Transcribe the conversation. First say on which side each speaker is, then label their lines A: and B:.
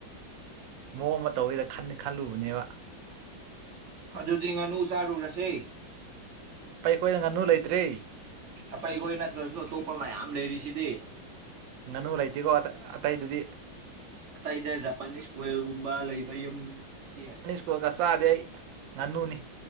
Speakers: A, on the right; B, on the right.
A: ꯃꯑꯣꯡ ꯑꯃ ꯇꯧꯋꯤꯗ ꯈ ꯈꯜꯂꯨꯕꯅꯦꯕ
B: ꯑꯗꯨꯗꯤ ꯉꯥꯅꯨ ꯆꯥꯔꯨꯔꯁꯦ
A: ꯄꯩ ꯑꯩꯈꯣꯏꯅ ꯉꯥꯅꯨ ꯂꯩꯇ꯭ꯔꯔꯤ
B: ꯑ ꯑꯩꯈꯣꯏ ꯅꯠꯇ꯭ꯔꯁꯨ ꯑꯇꯣꯞꯄ ꯃꯌꯥꯝ ꯂꯩꯔꯤꯁꯤꯗꯤ
A: ꯉꯥꯅꯨ ꯂꯩꯇꯦꯀꯣ ꯑꯇꯩꯗꯨꯗꯤ
B: ꯑꯇꯩꯗ ꯖꯄꯥꯅꯤꯁ ꯀꯜꯒꯨꯝꯕ ꯂꯩꯕ ꯌꯨꯝꯒꯨꯝꯕꯗꯗꯤ
A: ꯁꯣꯛꯒ ꯆꯥꯗꯤꯦ ꯑꯩ ꯉꯥꯅꯨꯅꯤ